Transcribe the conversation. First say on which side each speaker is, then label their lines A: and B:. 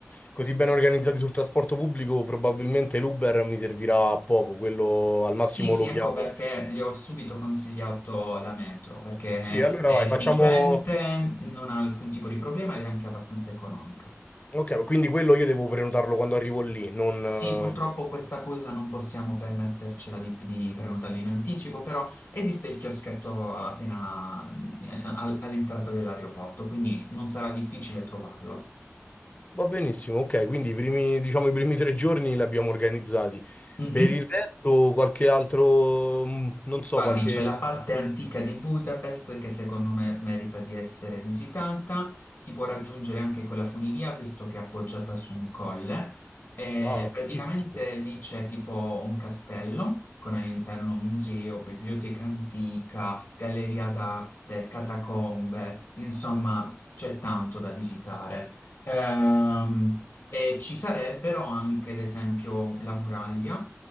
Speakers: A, on the left; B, on the left.
A: così ben organizzati sul trasporto pubblico, probabilmente l'Uber mi servirà a poco, quello al massimo
B: Sì, sì,
A: lo
B: ecco
A: chiamo.
B: perché gli ho subito consigliato la metro, perché
A: Sì, allora
B: è
A: vai,
B: efficiente,
A: facciamo...
B: non ha alcun tipo di problema ed è anche abbastanza economica.
A: Ok, quindi quello io devo prenotarlo quando arrivo lì, non...
B: Sì,
A: eh,
B: purtroppo questa cosa non possiamo permettercela di, di prenotarla in anticipo, però esiste il chioschetto appena mm, a- all'entrata dell'aeroporto, quindi non sarà difficile trovarlo.
A: Va benissimo, ok, quindi i primi, diciamo, i primi tre giorni li abbiamo organizzati.
B: Mhm.
A: Per il resto qualche altro, mm, non so,
B: Guardi,
A: qualche...
B: c'è la parte antica di Budapest che secondo me merita di essere visitata, si può raggiungere anche con la funivia visto che è appoggiata su un colle e
A: Ah, fighissimo.
B: praticamente lì c'è tipo un castello con all'interno un museo, biblioteca antica, galleria d'arte, catacombe, insomma c'è tanto da visitare. Ehm, e ci sarebbero anche ad esempio la muraglia